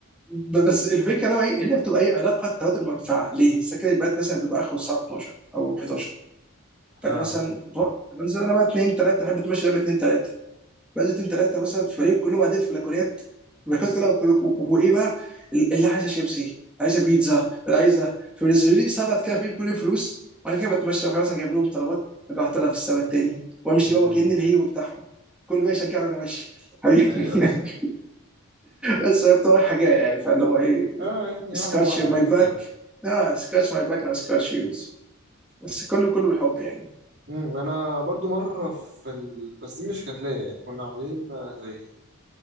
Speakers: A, in the centre; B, on the right.
A: ب- بس الفكره اللي هو ايه اللي هي بتبقى ايه علاقه تبادل منفعه ليه؟ سكن البنات مثلا بيبقى اخره الساعه 12 او 11 فانا
B: اه
A: مثلا بروح بنزل انا بقى 2 3 بحب اتمشى دايما 2 3 بنزل 2 3 مثلا فبلاقيهم كلهم قاعدين في بلكونات بلكونات كلها وفي- و- وايه بقى اللي عايزه شيبسي عايزه بيتزا اللي عايزه فبينزلوا لي بسبت كده في كل فلوس وانا كده بتمشى واحد مثلا جايب لهم طلبات رجعت لها في السبت التاني وامشي
B: آه.
A: بقى كأن الهيبه بتاعهم كل ما يشجعني وانا ماشي حبيبي
B: ايوه
A: <laughs>
B: ايوه
A: بس فهي بتبقى حاجه يعني فاللي هو ايه
B: اه يعني
A: سكراتش
B: واحده بواحده
A: ماي
B: بيس
A: باك
B: يعني
A: اه سكراتش ماي باك ناو سكراتش يوز بس كله كله بالحب يعني
B: مم، انا برضو مره في ال... بس دي مش كتلايه يعني كنا عاملين آه، زي